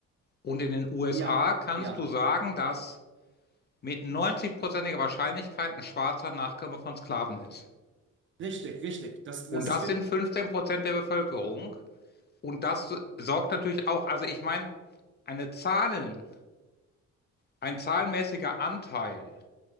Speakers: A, on the left; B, on the right.
A: Und in den USA
B: Ja,
A: kannst
B: ja,
A: du sagen, dass mit neunzig prozentiger Wahrscheinlichkeit ein schwarzer Nachkomme von Sklaven ist.
B: richtig, richtig. Das,
A: Und
B: das ist
A: das
B: gen-
A: sind 15 Prozent der Bevölkerung. Und das sorgt natürlich auch, also ich meine, eine Zahlen, ein zahlenmäßiger Anteil